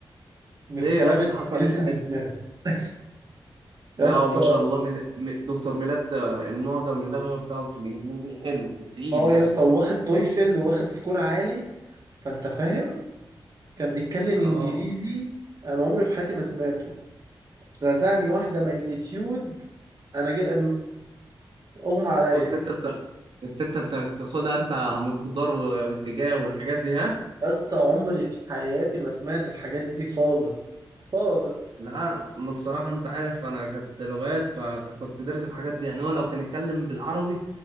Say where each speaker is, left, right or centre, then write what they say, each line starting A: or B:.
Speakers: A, on the right; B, on the right.
A: من الكلام
B: ليه بس
A: الإنجليزي
B: حصل ايه ساعتها
A: اللي سمعته <laughs>
B: لا
A: يا اسطى
B: وما شاء الله مل... م- دكتور ميلاد ده المعجم اللغوي بتاعه في الانجليزي حلو وتقيل
A: اه
B: يعني
A: يا اسطى واخد تويفل واخد سكور عالي فأنت فاهم كان بيتكلم
B: اه
A: إنجليزي أنا عمري في حياتي ما سمعته رزعني واحدة ماجنتيود أنا جا... اغمى عليا
B: كنت انت بت... كنت انت بتاخدها انت على مقدار و- واتجاه والحاجات دي ها
A: يا اسطى عمري في حياتي ما سمعت الحاجات دي خالص خالص
B: لا انا الصراحه انت عارف انا كنت لغات فكنت دارس الحاجات دي يعني هو لو كان اتكلم بالعربي